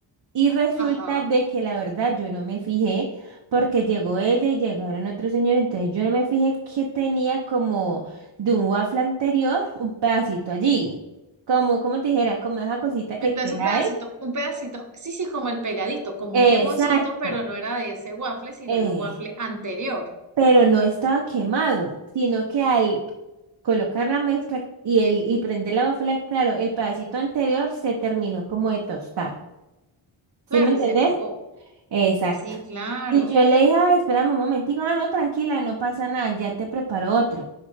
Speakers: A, on the right; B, on the right.
A: y resulta
B: ajá.
A: de que la verdad yo no me fijé porque llegó ella y llegaron otros señores, entonces yo no me fijé que tenía como de un waffle anterior un pedacito allí, como, como te dijera, como esa cosita que
B: Entonces
A: queda
B: un pedacito,
A: ahí.
B: un pedacito, sí, sí, como el pegadito, como
A: Exacto.
B: un quemoncito, pero no era de ese waffle, sino
A: Eh,
B: de un waffle anterior.
A: pero no estaba quemado, sino que al colocar la mezcla y, el, y prender la bafla, claro, el pedacito anterior se terminó como de tostar. ¿Sí
B: Claro,
A: me entendés?
B: y se pegó.
A: Exacto.
B: Sí, claro.
A: Y yo le dije, ay, espérame un momentico, ah, no, tranquila, no pasa nada, ya te preparo otro.